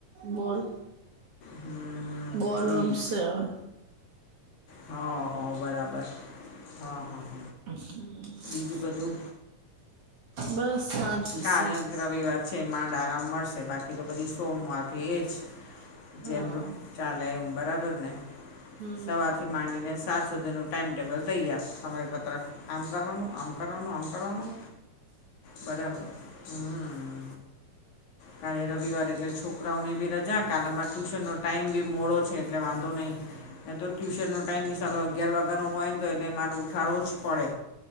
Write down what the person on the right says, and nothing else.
બોલ
બોલ
રમશે અવે.
હમ
બસ શાંતિ
છે.
હા
હમ